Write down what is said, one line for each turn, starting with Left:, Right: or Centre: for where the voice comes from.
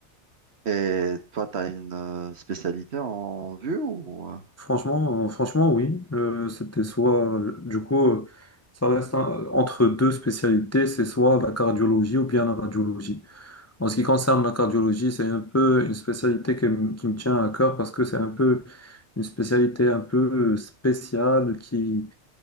Right: Et toi, tu as une euh, spécialité en vue ou... euh,
Left: Franchement, euh, franchement, oui. Euh, c'était soit, euh, du coup, euh, ça reste un- euh, entre deux spécialités, c'est soit la cardiologie ou bien la radiologie. En ce qui concerne la cardiologie, c'est un peu une spécialité qui, me qui me tient à cœur parce que c'est un peu une spécialité un peu euh, spéciale qui,